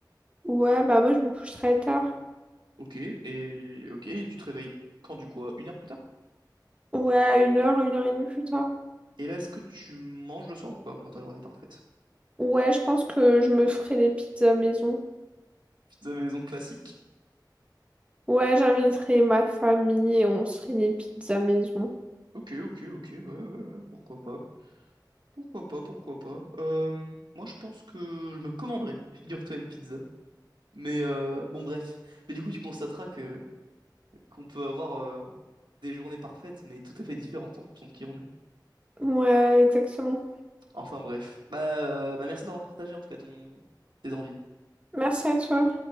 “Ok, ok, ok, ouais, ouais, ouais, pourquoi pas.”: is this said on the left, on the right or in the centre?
Right